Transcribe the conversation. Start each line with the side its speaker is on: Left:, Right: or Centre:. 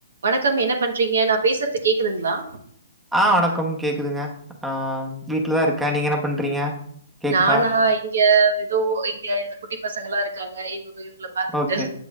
Right: வணக்கம் என்ன பண்றீங்க நா பேசுறது கேக்குதுங்களா
Centre: ஆ வணக்கம் கேக்குதுங்க ஆ வீட்லதான் இருக்கே நீங்க என்ன பண்றீங்க கேக்குதா?
Right: நானா இங்க ஏதோ இங்க இந்த குட்டி பசங்கல்லா இருக்காங்க இவங்க இவங்கள பாத்துக்கிட்டு
Centre: ஓகே.